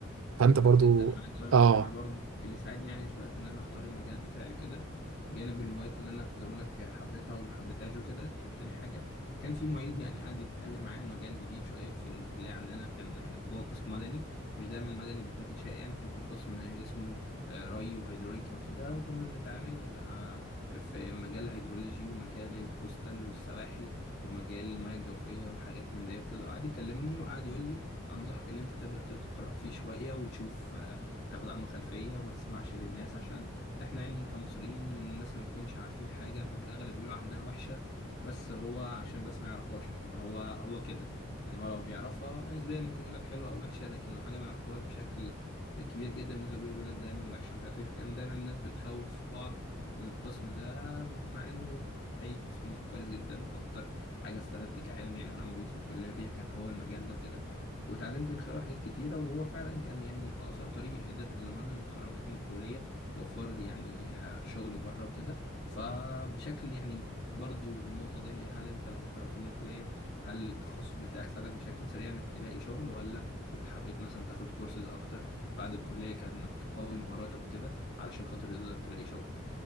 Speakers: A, on the right; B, on the left.
A: فأنت برضو
B: حلو جدا انا عايز اقول لك
A: آه
B: انا برضو اللي ساعدني يعني شويه في ان انا اختار المجال بتاعي كده جانب المواد اللي انا كنت بقول لك حبيتها وما حبيتهاش وكده كان تاني حاجه كان في معيد يعني قعد يتكلم معايا عن مجال جديد شويه في الكليه عندنا كان جوه قسم مدني مش دايما المدني بيكون انشائي يعني كان في قسم اسمه آه، ري وهيدروليكا وكده وكنا بنتعامل ع- في مجال الهيدرولوجي ومجال الكوستال والسواحل ومجال المياه الجوفيه وحاجات من ده وكده قعد يكلمني وقعد يقول لي انصحك ان انت تبدا تقرا فيه شويه وتشوف آه، تاخد عنه خلفيه وما تسمعش للناس عشان احنا يعني كمصريين الناس ما بنكونش عارفين حاجه ففي الاغلب بيقولوا عنها وحشه بس هو عشان بس ما يعرفهاش لكن هو هو كده يعني هو لو بيعرفها نسبيا ممكن يقول لك حلوه او وحشه لكن لو حاجه ما يعرفهاش بشكل كبير جدا بالنسبه كبير بيقول لك دايما وحشه مش عارف ايه فكان دايما الناس بتخوف بعض من القسم ده مع انه حقيقي قسم كويس جدا واكتر حاجه استفدت كعلم يعني وانا موجود في الكليه فيها كان هو المجال ده وكده واتعلمت من خلاله حاجات كتيرة وهو فعلا كان يعني أقصر طريق قدر لما أنا اتخرجت من الكلية وفر لي يعني آه، شغل بره وكده فبشكل يعني برضو النقطة دي هل أنت لما اتخرجت من الكلية هل التخصص بتاعك ساعدك بشكل سريع إنك تلاقي شغل ولا كنت حبيت مثلا تاخد كورسز أكتر بعد الكلية كان إنك تقوي مهاراتك وكده علشان خاطر تقدر تلاقي شغل